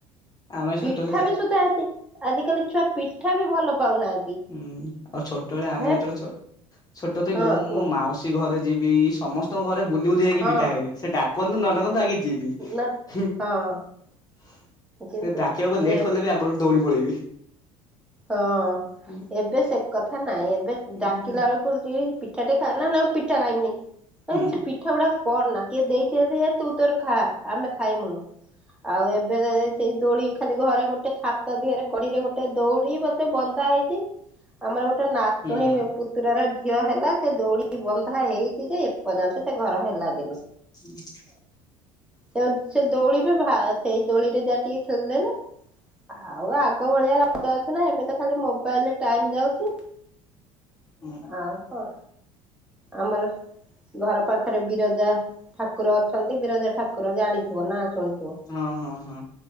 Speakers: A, on the left; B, in the centre.
A: ଆମେ ଛୋଟ
B: ପିଠାବି
A: ଯେତେ
B: ସୁଧା <unintelligible> ଆଜିକାଲି ଛୁଆ ପିଠା ବି ଭଲ ପାଉନାହାନ୍ତି
A: ହୁଁ। ଆଉ ଛୋଟବେଳେ ଆମେ
B: ହେ
A: ଯେତେବେଳେ ଛୋ-ଛୋଟ ଥିଲୁ
B: ହଁ
A: ମୋ
B: କୁହ
A: ମାଉସୀ ଘରେ ଯିବି, ସମସ୍ତଙ୍କ ଘରେ ବୁଲି ବୁଲି ଯାଇକି
B: ହଁ
A: ପିଠା ଖାଇବି। ସେ ଡାକନ୍ତୁ ନ ଡାକନ୍ତୁ ଆଗେ ଯିବି
B: ନା
A: ସେ
B: ହଁ କିନ୍ତୁ
A: ଡାକିବାକୁ ଲେଟ୍ କଲେ ବି ଆଗରୁ ଦୌଡି ପଳେଇବି।
B: ହଁ।
A: ହୁଁ
B: ଏବେ ସେ କଥା ନାଇଁ, ଏବେ
A: ହୁଁ
B: ଡାକିଲା ଏଳକୁ <unintelligible> ପିଠା ଟେ ଖା, ନାନା ମୁଁ ପିଠା ଖାଇମିନି।
A: ହୁଁ
B: ସେ ପିଠା ଗୁଡା କରନା। କିଏ ଦେଇଛି ଯଦି ହେ ତୁ ତୋର ଖା। ଆମେ ଖାଇମୁନୁ ଆଉ ଏବେଯେ ସେଇ ଦୋଳି ଖାଲି ଘରେ ଗୋଟେ ଛାତ ଦିହେରେ କଡ଼ିରେ ଗୋଟେ ଦୌ ଉଡି, ବନ୍ଧା ହେଇଚି। ଆମର ଗୋଟେ ନାତୁଣୀ
A: ହୁଁ
B: ପୁତୁରା ର ଝିଅ ହେଲା ସେ ଦୌଡ଼ି ବନ୍ଧା ହେଇଛି, ଯେ ଏପର୍ଯ୍ୟନ୍ତ ସେ ଘର ହେଲା ଦିନୁ
A: <inaudible>
B: ସେ-ସେ ଦୋଳିବି ଭା ସେଇ ଦୋଳିରେ ଯାହା ଟିକେ ଖେଲଦେଲା ଆଉ ଆଗ ବଳିଆ ର ଏବେ ତ ଖାଲି ମୋବାଇଲରେ ଟାଇମ ଯାଉଛି
A: ହୁଁ
B: ଆଉ କଣ ଆମର ଘର ପାଖରେ ବିରଜା ଠାକୁର ଅଛନ୍ତି, ବିରଜା ଠାକୁର ଜାଣିଥିବ ନାଁ ଶୁଣିଥିବ
A: ହଁ ହଁ ହଁ